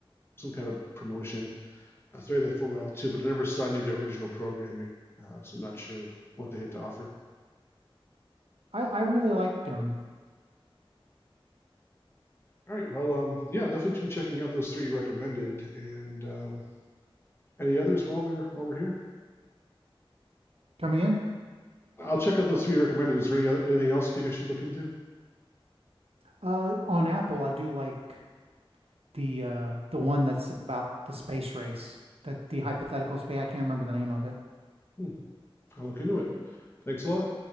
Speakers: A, on the left (about 25°); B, on the right (about 85°).
A: some kind of promotion. I was that for a while too, but I never saw any of their original programming, uh, so I'm not sure what they had to offer.
B: I, I really liked them.
A: All right, well, um, yeah, definitely should be checking out those three you recommended, and um, any others while we're while we're here.
B: Come again?
A: I'll check out those three you recommended. Is there any other, anything else you think I should look into?
B: Uh, on Apple, I do like the uh, the one that's about the space race. That the hypothetical space. I can't remember the name of it.
A: Hmm, I'll look into it. Thanks a lot.